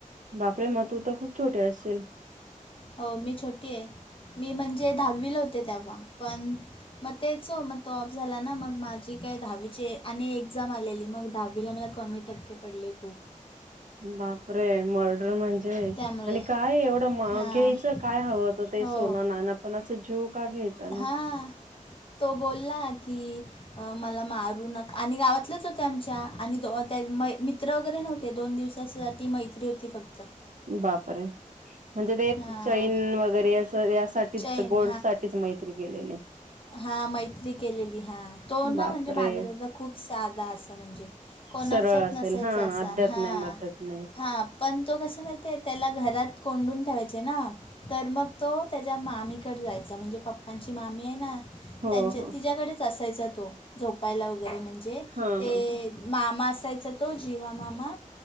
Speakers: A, on the right; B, on the left.
A: बापरे मग तू तर खूप छोटी असशील.
B: हो मी छोटी आहे, मी म्हणजे दहावीला होते तेव्हा, पण मग तेच हो, मग तो ऑफ झाला ना, मग माझी काय दहावीचे आणि एक्झाम आलेली, मग दहावीला मला कमी ट टक्के पडले खुप.
A: बापरे मर्डर म्हणजे,
B: त्यामुळे
A: आणि काय एवढं
B: हां
A: घ्यायचं काय हवं होतं ते
B: हो
A: सोनं नानं, पण असं जीव का घ्यायचा ना.
B: हां तो बोला की अ मला मारू नक, आणि गावातलेच होते आमच्या, आणि मित्र वगैरे नव्हते, दोन दिवस दिवसासाठी मैत्री होती फक्त.
A: बापर म्हणजे ते
B: हां
A: चैन वगैरे असं यासाठी तेच
B: चैन
A: गोल्ड साठीच मैत्री केलेली.
B: हा मैत्री केलेली हा तो ना
A: बापरे
B: म्हणजे माझा दादा खूप साधा असं म्हणजे कोणाच्यात
A: सरळ असेल
B: नसायचं
A: हा
B: असं
A: अध्यात
B: हा
A: नाही मध्यात नाही
B: हा पण तो कसा माहितीये. त्याला घरात कोंडून ठेवायचे ना तर मग तो त्याच्या मामी कडे जायचा म्हणजे पप्पांची मामी आहे ना
A: हो
B: त्यांच्या
A: हो
B: तिच्याकडेच असायचा तो झोपायला वगैरे म्हणजे
A: हा
B: ते
A: हा ह
B: मामा असायचा तो जिवा मामा